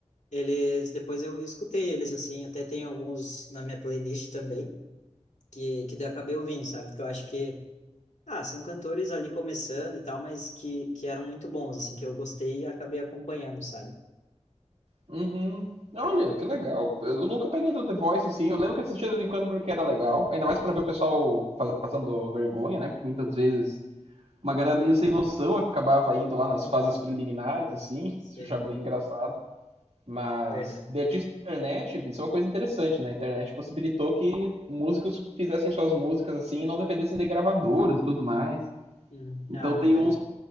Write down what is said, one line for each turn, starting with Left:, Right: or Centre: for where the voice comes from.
Left: eles, depois eu escutei eles, assim, até tem alguns na minha playlist também, que, que daí eu acabei ouvindo, sabe? Que eu acho que, ah, são cantores ali começando e tal, mas que, que eram muito bons, assim, que eu gostei e acabei acompanhando, sabe?
Right: Uhum. Olha, que legal. Eu nunca peguei do The Voice, assim. Eu lembro que assistia de vez em quando porque era legal. Ainda mais pra ver o pessoal fa- passando vergonha, né? Porque muitas vezes uma galera meio sem noção acabava indo lá nas
Left: Uhum.
Right: fases preliminares, assim.
Left: Sei.
Right: Isso eu achava bem engraçado. Mas
Left: Verdade.
Right: de artista na internet, isso é uma coisa interessante, né? A internet possibilitou que músicos fizessem suas músicas assim e não dependessem de gravadoras e tudo mais.
Left: Uhum.
Right: Então
Left: Ah,
Right: tem
Left: verdade.
Right: uns